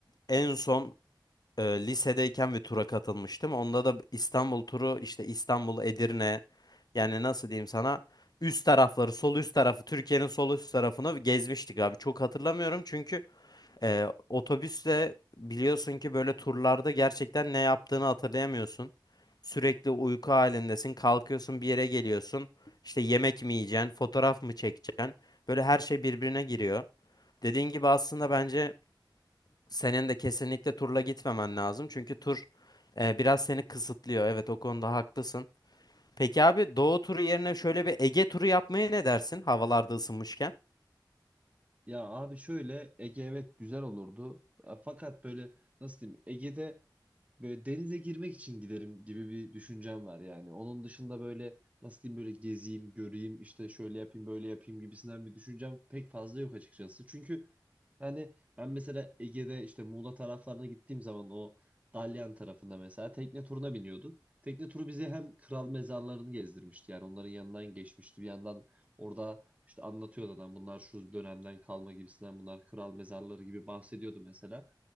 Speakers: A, on the left; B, on the right.
A: en son e, lisedeyken bir tura katılmıştım. Onda da İstanbul turu işte İstanbul, Edirne yani nasıl diyeyim sana üst tarafları sol üst tarafı Türkiye'nin sol üst tarafını gezmiştik abi. Çok hatırlamıyorum çünkü e, otobüsle biliyorsun ki böyle turlarda gerçekten ne yaptığını hatırlayamıyorsun. Sürekli uyku halindesin. Kalkıyorsun bir yere geliyorsun. İşte yemek mi yiyeceksin, fotoğraf mı çekeceksin? Böyle her şey birbirine giriyor. Dediğin gibi aslında bence senin de kesinlikle turla gitmemen lazım. Çünkü tur e, biraz seni kısıtlıyor. Evet o konuda haklısın. Peki abi Doğu turu yerine şöyle bir Ege turu yapmaya ne dersin? Havalarda ısınmışken.
B: Ya abi şöyle Ege evet güzel olurdu. E, Fakat böyle nasıl diyeyim Ege'de Böyle denize girmek için giderim gibi bir düşüncem var yani. Onun dışında böyle nasıl diyeyim böyle gezeyim, göreyim, işte şöyle yapayım, böyle yapayım gibisinden bir düşüncem pek fazla yok açıkçası. Çünkü yani ben mesela Ege'de işte Muğla taraflarına gittiğim zaman o Dalyan tarafında mesela tekne turuna biniyorduk. Tekne turu bizi hem kral mezarlarını gezdirmişti yani onların yanından geçmişti. Bir yandan orada işte anlatıyordu adam bunlar şu dönemden kalma gibisinden bunlar kral mezarları gibi bahsediyordu mesela.